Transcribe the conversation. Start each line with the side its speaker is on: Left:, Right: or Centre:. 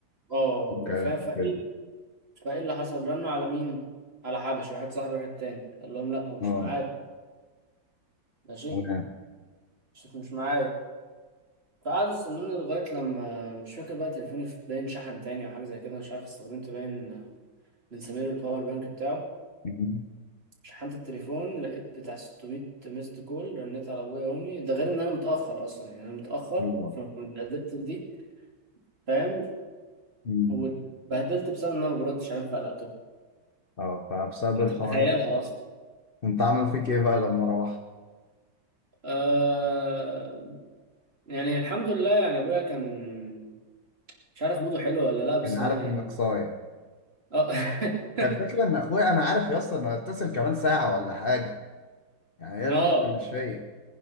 Right: اه
Left: مش عارف
Right: فاهم فايه
Left: كده
Right: فايه اللي حصل رنوا على مين على حبشي واحد صاحبي واحد تاني قال لهم لا هو مش
Left: اه
Right: معايا ماشي
Left: تمام
Right: شوف مش معايا فقعدوا استنوني لغاية لما مش فاكر بقى تليفوني في- باين شحن تاني أو حاجة زي كده مش عارف استخدمت باين بنسميله الباور بانك بتاعه
Left: امم
Right: شحنت التليفون لقيت بتاع 600 ميست كول رنيت على ابويا وامي ده غير ان انا متاخر اصلا يعني انا متاخر
Left: اه
Right: فاتبهدلت في دي فاهم
Left: أمم.
Right: واتبهدلت بسبب ان انا ما بردش عليهم فقلقتهم
Left: آه، فبسبب الحوار
Right: انت تتخيلها
Left: ده
Right: اصلا
Left: انت عامل فيك ايه بقى لما روحت؟
Right: آه يعني الحمد لله يعني ابويا كان مش عارف موده حلو ولا لا بس
Left: انا
Right: انا
Left: عارف
Right: يعني
Left: انك صايع
Right: اه <laughs>
Left: هي الفكرة إن أخويا أنا عارف يا اسطى إنه هيتصل كمان ساعة ولا حاجة يعني
Right: ما
Left: هي الفكرة
Right: اه
Left: مش فيا